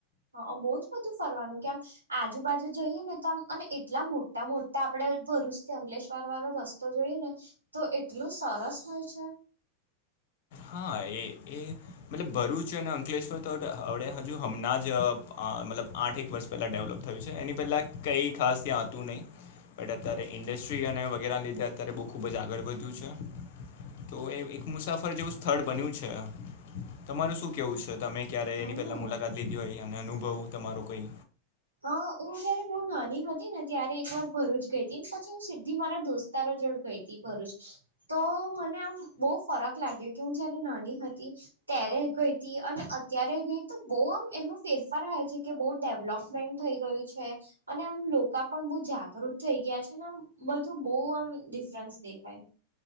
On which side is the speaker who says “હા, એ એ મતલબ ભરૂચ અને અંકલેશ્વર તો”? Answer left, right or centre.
Left